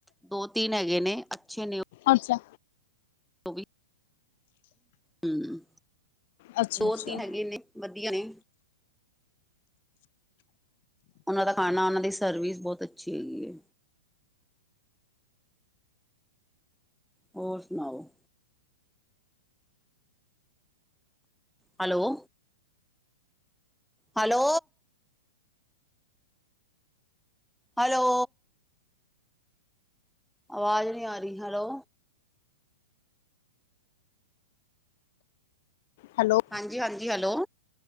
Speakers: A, in the centre; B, on the left.
A: ਦੋ ਤਿੰਨ ਹੈਗੇ ਨੇ ਅੱਛੇ ਨੇ।
B: ਅੱਛਾ।
A: ਉਹ ਵੀ ਹੂੰ,
B: ਅੱਛਾ-ਅੱਛਾ
A: ਦੋ ਤਿੰਨ ਹੈਗੇ ਨੇ <unintelligible> ਵਧੀਆ ਨੇ। ਉਹਨਾਂ ਦਾ ਖਾਨਾ, ਉਹਨਾਂ ਦੀ ਸਰਵਿਸ ਬੋਤ ਅੱਛੀ ਹੈਗੀ ਏ। ਹੋਰ ਸੁਣਾਓ ਹੈਲੋ। ਹੈਲੋ। ਹੈਲੋ। ਆਵਾਜ਼ ਨੀ ਆ ਰੀ, ਹੈਲੋ।
B: ਹੈਲੋ
A: ਹਾਂਜੀ-ਹਾਂਜੀ, ਹੈਲੋ।